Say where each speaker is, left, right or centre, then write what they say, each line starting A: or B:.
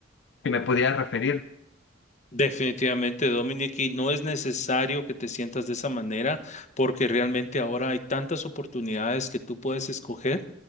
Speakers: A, on the left (about 60°); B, on the left (about 35°).
A: que me pudieran referir.
B: Definitivamente, Dominic, y no es necesario que te sientas de esa manera porque realmente ahora hay tantas oportunidades que tú puedes escoger